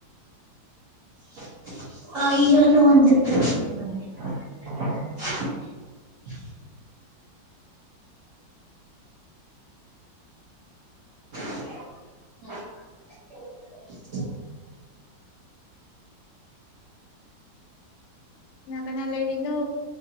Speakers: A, on the right (about 50°); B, on the left (about 65°).
A: <inaudible>
B: ꯎꯝ
A: <inaudible> <inaudible>
B: ꯀꯅꯥ ꯀꯅꯥ ꯂꯩꯔꯤꯅꯣ